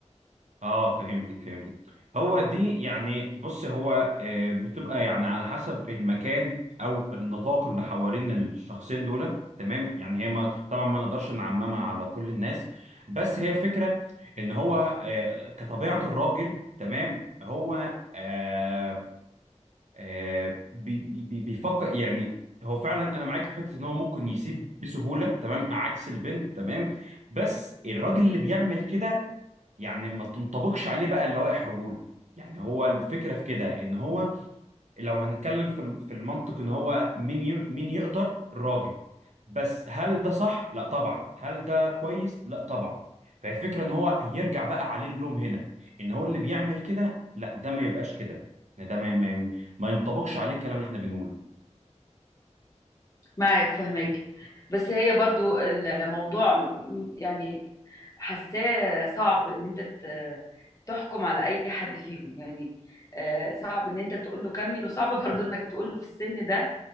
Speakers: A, on the right; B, on the left.
A: اه فهمتك فهمتك هو دي يعني بص هو آه، بتبقى يعني على حسب المكان او النطاق اللي حوالين الشخصين دول تمام يعني هي ما طبعا ما نقدرش نعممها على كل الناس بس هي الفكرة ان هو آه، كطبيعة الراجل تمام هو آه، آه، بي- بي- بيفكر يعني هو فعلا انا معاك في حته ان هو ممكن يسيب بسهوله تمام عكس البنت تمام بس الراجل اللي بيعمل كده يعني ما تنطبقش عليه بقى اللوائح الرجوله يعني هو الفكره في كده ان هو لو هنتكلم في الم- في المنطق ان هو مين ي- مين يقدر الراجل بس هل ده صح لا طبعا هل ده كويس لا طبعا فالفكره ان هو يرجع بقى عليه اللوم هنا ان هو اللي بيعمل كده لا ده ما يبقاش كده يعني ده ما ما ما ينطبقش عليه الكلام اللي احنا بنقوله
B: معاك، فاهماك. بس هي برضه الموضوع م م يعني حاسّاه صعب إن أنت ت تحكُم على أي حد فيهم، يعني آآ صعب إن أنت تقول له كمّل وصعب <laughs> برضه إنّك تقول له في السن ده